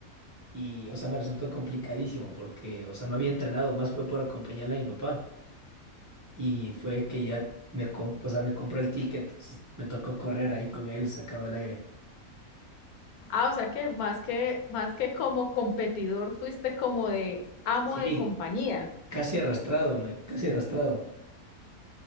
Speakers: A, on the right (about 30°); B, on the left (about 80°).
A: y, o sea, me resultó complicadísimo porque, o sea, no había entrenado, más fue por acompañarle a mi papá y fue que ya me, comp- o sea, me compró el ticket, entonces me tocó correr ahí con él sacado del aire.
B: Ah, o sea que más que, más que como competidor, fuiste como de amo
A: Sí,
B: de compañía.
A: Casi arrastrado, me, casi arrastrado.